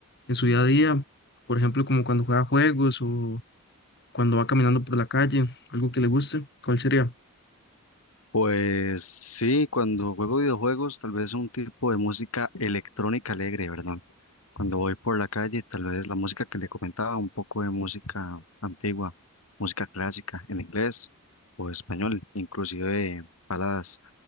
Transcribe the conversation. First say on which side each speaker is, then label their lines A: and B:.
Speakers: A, on the left (about 50°); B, on the left (about 75°).
A: en su día a día? Por ejemplo, como cuando juega juegos o cuando va caminando por la calle, algo que le guste, ¿cuál sería?
B: Pues sí, cuando juego videojuegos, tal vez un tipo de música electrónica alegre, ¿verdad? Cuando voy por la calle, tal vez la música que le comentaba, un poco de música antigua, música clásica en inglés o español, inclusive baladas.